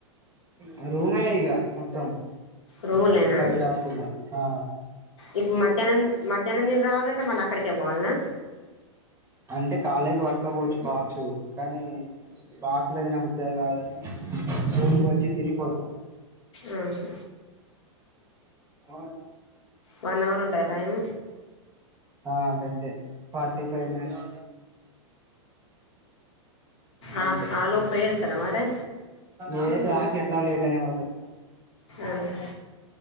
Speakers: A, on the right (about 15°); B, on the left (about 70°).
A: ఆ రూమె ఇగా మొత్తం
B: రూములెనా
A: ప్రైవేట్ హాస్టల్లో ఆ
B: ఇప్పు మధ్యాహ్నం మధ్యాహ్నం నేను రావాలంటే మళ్ళ అక్కడకే పోవాల్నా
A: అంటే కలేజ్ పర్కపోవచ్చు బాక్సు కానీ బాక్ అగులు తినబోదు కాదని రూమ్ కి వచ్చి తినిపోతాం
B: ఆహ
A: ఆ
B: వన్ అవర్ ఉంటదా టైమ్
A: ఆ అదంతె ఫాటీ ఫైవ్ మినిట్స్ గంతే
B: అ ఆ లోప్ పోయోస్తరా మరి
A: ఏ క్లాస్ ఎట్ల లేట్ నె పోతాను
B: ఆహా